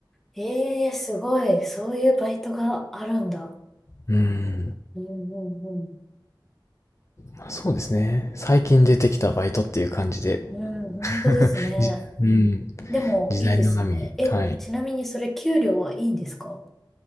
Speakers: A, in the centre; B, on the left (about 35°).
A: ええ、すごい。そういうバイトがあるんだ。
B: うん。
A: うんうんうん。
B: まあそうですね。最近出てきたバイトっていう感じで。
A: うん、本当ですね。
B: <laughs> じうん。
A: でも、
B: 時代の波に。
A: いいですね。え、
B: はい。
A: ちなみにそれ給料はいいんですか